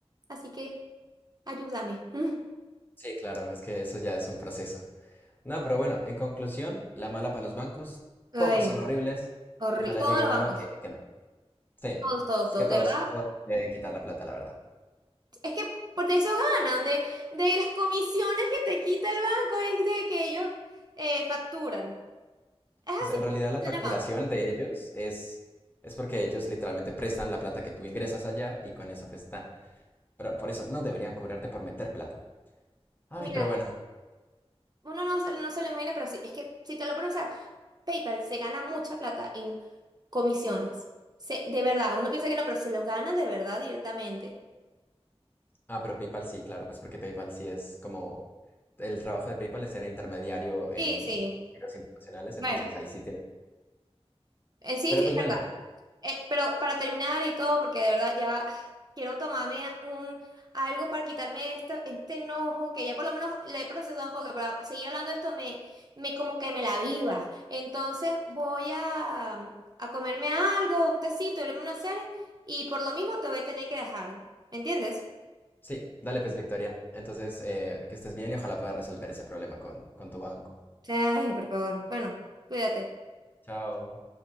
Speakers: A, on the right; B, on the left.
A: Así que ayúdame. <laughs>
B: Sí, claro, es que eso ya es un proceso. No, pero bueno, en conclusión, la mala para los bancos,
A: Ay.
B: todos son horribles.
A: Horri-
B: Ojalá
A: Todos
B: llegue
A: los
B: uno
A: bancos,
B: que, que no. Sí,
A: todos, todos,
B: es
A: todos,
B: que todos,
A: de verdad.
B: todos deben quitar la plata, la verdad.
A: Es que por de eso ganan, de, de las comisiones que te quita el banco, es de que ellos eh, facturan. Es así
B: Pues en
A: que
B: realidad la
A: funciona
B: facturación
A: el banco.
B: de ellos es, es porque ellos literalmente prestan la plata que tú ingresas allá y con eso pues están. Pero por eso no deberían cobrarte por meter plata. Ay,
A: Mira,
B: pero bueno.
A: uno no, se- no se lo imagina, pero sí, es que si te lo pones a pensar, PayPal se gana mucha plata en comisiones. Se- de verdad, uno piensa que no, pero se lo gana de verdad directamente.
B: Ah, pero PayPal sí, claro, pues porque PayPal sí es como el trabajo de PayPal es ser intermediario en
A: Sí, sí.
B: giros internacionales,
A: Bueno,
B: entonces pues ahí sí tiene.
A: en sí,
B: Pero
A: sí,
B: pues bueno,
A: Eh, pero para terminar y todo, porque de verdad ya quiero tomarme un algo para quitarme este, este enojo, que ya por lo menos le he procesado, porque para seguir hablando de esto me, me como que me la viva. Entonces voy a, a comerme algo, un tecito, verme una serie, y por lo mismo te voy a tener que dejar. ¿Me entiendes?
B: sí, dale pues Victoria. Entonces, eh, que estés bien y ojalá puedas resolver ese problema con, con tu banco.
A: Ay, por favor. Bueno, cuídate.
B: Chao.